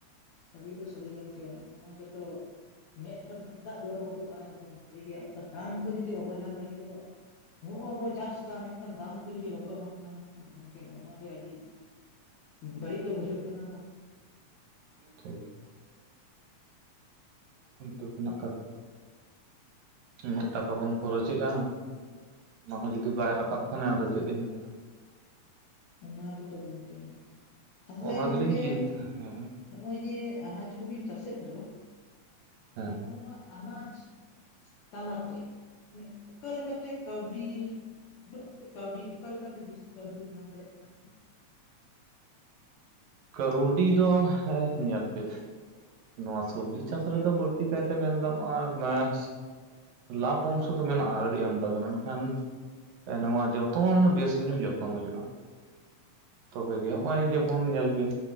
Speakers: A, on the left (about 80°); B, on the right (about 80°).
A: ᱥᱟᱹᱨᱤ ᱫᱚ ᱥᱟᱹᱨᱤ ᱜᱮ ᱜᱚᱝᱠᱮ ᱱᱚᱜᱼᱚ ᱱᱚᱣᱟ ᱜᱮᱛᱚ ᱢᱮᱫ ᱠᱷᱚᱱ ᱢᱮᱫ ᱫᱟᱜ ᱡᱚᱨᱚ ᱜᱚᱫᱚᱜᱼᱟ ᱮᱠᱫᱚᱢ ᱥᱟᱹᱨᱤᱜᱮ ᱚᱱᱠᱟ ᱫᱟᱢ ᱠᱚ ᱡᱩᱫᱤ ᱵᱟᱵᱚ ᱧᱟᱢ ᱞᱟᱹᱜᱤᱫᱚᱜᱼᱟ ᱱᱚᱜ-ᱚ ᱵᱚ ᱪᱟᱥ ᱫᱟ ᱢᱮᱱᱠᱷᱟᱱ ᱫᱟᱢ ᱠᱚ ᱡᱩᱫᱤ ᱵᱟᱠᱚ ᱮᱢᱟ ᱵᱚᱱᱟ ᱢᱮᱱᱠᱷᱟᱱ ᱜᱚᱝᱠᱮ ᱱᱚᱜ ᱱᱟᱣᱟ ᱜᱮ ᱟᱹᱰᱤ ᱵᱟᱹᱲᱤᱡ ᱫᱚ ᱵᱩᱡᱷᱟᱹᱜ ᱠᱟᱱᱟ ᱵᱟᱝ
B: ᱴᱷᱤᱠ ᱫᱩᱠ ᱨᱮᱱᱟᱜ ᱠᱟᱛᱷᱟ ᱩᱱᱟᱹᱜ ᱴᱟᱠᱟ ᱵᱚᱱ ᱠᱷᱚᱨᱚᱪ ᱮᱜᱼᱟ ᱚᱱᱟ ᱦᱚᱸ ᱡᱩᱫᱤ ᱵᱟᱭ ᱨᱟᱠᱟᱵ ᱠᱷᱟᱱ ᱟᱫᱚ ᱪᱮᱫ ᱤᱧ ᱢᱮᱱᱟ
A: ᱚᱱᱟ ᱜᱮᱛᱚ ᱜᱚᱝᱠᱮ ᱛᱟᱦᱞᱮ
B: ᱚᱱᱟ
A: ᱜᱚᱝᱠᱮ
B: ᱜᱮᱞᱤᱧ ᱪᱤᱱᱛᱟᱹ ᱦᱮᱸ
A: ᱱᱚᱜᱼᱚᱭ ᱡᱮ ᱟᱱᱟᱡᱽ ᱠᱚᱵᱤᱱ ᱪᱟᱥ ᱮᱫ ᱫᱚ
B: ᱦᱮᱸ
A: ᱱᱚᱜᱼᱚ ᱱᱚᱣᱟ ᱟᱱᱟᱡᱽ ᱛᱟᱞᱟᱛᱮ ᱢᱟᱱᱮ ᱚᱠᱟ ᱞᱮᱠᱟᱛᱮ ᱠᱟᱹᱣᱰᱤ ᱩᱱᱟᱹᱜ ᱯᱟᱥᱮᱜ ᱠᱟᱹᱣᱰᱤ ᱚᱠᱟ ᱞᱮᱠᱟᱛᱮ ᱵᱮᱥᱤ ᱠᱟᱹᱣᱰᱤ ᱵᱤᱱ ᱧᱟᱢ ᱫᱟᱲᱮᱭᱟᱜ ᱠᱟᱱᱟ ᱥᱮ
B: ᱠᱟᱹᱣᱰᱤ ᱫᱚ ᱦᱮᱸ ᱧᱮᱞ ᱯᱮ ᱱᱚᱣᱟ ᱥᱚᱵᱡᱤ ᱪᱟᱥ ᱨᱮᱫᱚ ᱛᱤ ᱠᱟᱭᱛᱮ ᱢᱮᱱ ᱜᱟᱱᱚᱜᱼᱟ ᱢᱟᱥ ᱞᱟᱵᱷ ᱚᱝᱥᱚ ᱫᱚ ᱢᱮᱱᱟᱜᱼᱟ ᱟᱹᱰᱤ ᱟᱢᱫᱟ ᱜᱮ ᱢᱮᱱᱠᱷᱟᱱ ᱱᱚᱣᱟ ᱡᱚᱛᱚᱱ ᱵᱮᱥ ᱧᱚᱜ ᱡᱚᱛᱚᱱ ᱦᱩᱭᱩᱜᱼᱟ ᱛᱚᱵᱮᱜᱮ ᱱᱚᱜᱼᱚᱭ ᱡᱮᱢᱚᱱ ᱧᱮᱞ ᱵᱤᱱ